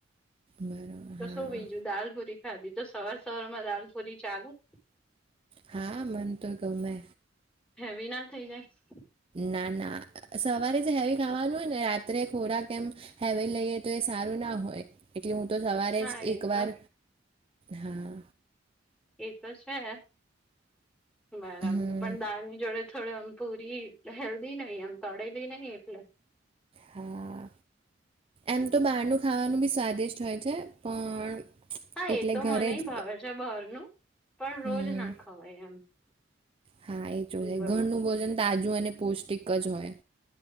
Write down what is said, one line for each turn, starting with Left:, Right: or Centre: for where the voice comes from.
Right: બરાબર!
Centre: તો
Right: હા
Centre: શું બીજું દાલપુરી ખાધી તો સવાર સવાર માં દાલપુરી ચાલે.?
Right: હા મન તો ગમે.
Centre: હેવી ના થઈ જાય.?
Right: ના ના સવારે જ હેવી ખાવાનું હોય ને રાત્રે ખોરાક એમ હેવી લઈએ તો એ સારું ના હોય એટલે હું તો સવારે
Centre: હા
Right: જ એકવાર
Centre: એ તો
Right: હા
Centre: એ તો છે બરાબર
Right: હમ
Centre: પણ દળ ની જોડે થોડું આમ પૂરી હેલ્ધી નહ એમ તળેલી નહીિ એટલે
Right: હા એમ તો બારનું ખાવાનું બી સ્વાદિષ્ટ હોય છે પણ
Centre: હા
Right: એટલે
Centre: એ તો
Right: ઘરે
Centre: મને
Right: જ
Centre: ભાવે છે બહારનું પણ
Right: હમ
Centre: રોજ ના ખવાય એમ.
Right: હા એ જો છે
Centre: બોલ
Right: ઘરનું ભોજન તાજું અને પૌષ્ટિક જ હોય.